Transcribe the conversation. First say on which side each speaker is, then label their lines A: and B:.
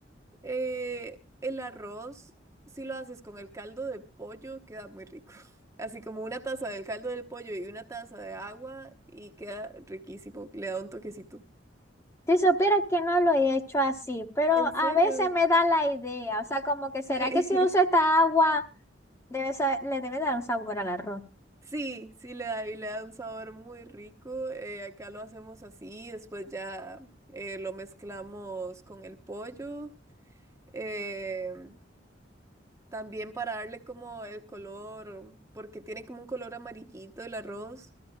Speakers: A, on the right; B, on the left.
A: Eh, el arroz, si lo haces con el caldo de pollo, queda muy rico. <laughs> Así como una taza del caldo del pollo y una taza de agua y queda riquísimo. Le da un toquecito.
B: Si supieras que no lo he hecho así, pero
A: ¿En serio?
B: a veces me da la idea, o sea, como que
A: Sí.
B: será que si uso esta
A: <laughs>
B: agua debe sa- le debe dar un sabor al arroz.
A: Sí, sí le da y le da un sabor muy rico. Eh, acá lo hacemos así, después ya eh, lo mezclamos con el pollo. eh, También para darle como el color, porque tiene como un color amarillito el arroz.